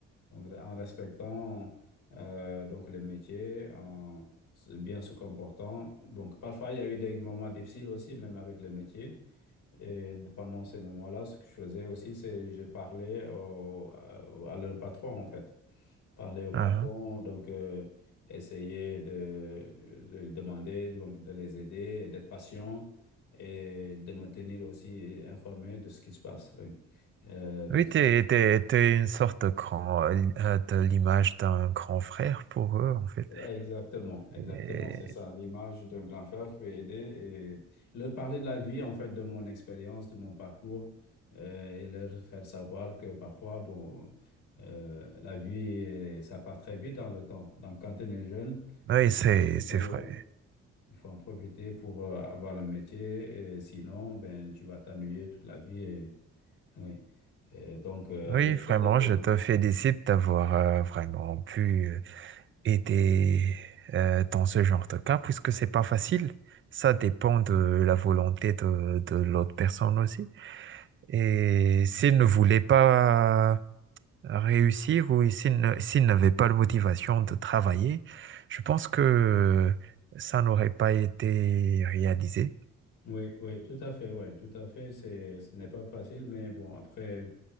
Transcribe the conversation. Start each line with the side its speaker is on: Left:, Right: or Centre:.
Left: donc, en respectant euh, donc le métier, en se- bien se comportant. Donc, parfois, il y a eu des moments difficiles aussi, même avec le métier. Et pendant ces moments-là, ce que je faisais aussi, c'est je parlais au- à, à leur patron, en fait. Parler au patron,
Right: Ah, ah.
Left: donc euh, essayer de lui demander donc, de les aider, et d'être patient et de me tenir aussi informé de ce qui se passe. oui. Euh, donc,
Right: Oui,
Left: ça,
Right: t'es, t'es- t'es une sorte de grand, euh, euh, de l'image d'un grand frère pour eux, en fait.
Left: Exactement, exactement,
Right: Et-
Left: c'est ça, l'image d'un grand frère qui peut aider et leur parler de la vie, en fait, de mon expérience, de mon parcours, euh, et leur faire savoir que parfois, bon, euh, la vie, elle est- ça part très vite dans le temps. Donc, quand on est jeune,
Right: Oui,
Left: il faut
Right: c'est,
Left: en profiter,
Right: c'est vrai.
Left: euh, il faut en profiter pour euh, avoir un métier, et sinon, ben, tu vas t'ennuyer toute la vie. Et, oui. Et donc, euh,
Right: Oui,
Left: ben, c'était
Right: vraiment,
Left: positif.
Right: je te félicite d'avoir euh, vraiment pu euh, aider euh, dans ce genre de cas, puisque c'est pas facile. Ça dépend de la volonté de, de l'autre personne aussi. Et s'il ne voulait pas réussir ou s'il ne- s'il n'avait pas la motivation de travailler, je pense que ça n'aurait pas été réalisé.
Left: Oui, oui, tout à fait, ouais, tout à fait. C'est, ce n'est pas facile, mais bon, après,